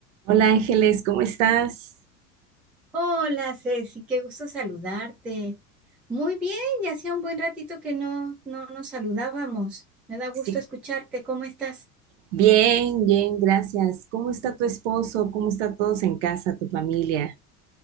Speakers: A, on the right; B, in the centre.
A: Hola Ángeles, ¿cómo estás?
B: Hola Ceci, qué gusto saludarte. Muy bien, ya hacía un buen ratito que no, no nos saludábamos. Me da gusto
A: Sí,
B: escucharte, ¿cómo estás?
A: bien, bien, gracias. ¿Cómo está tu esposo? ¿Cómo está todos en casa, tu familia?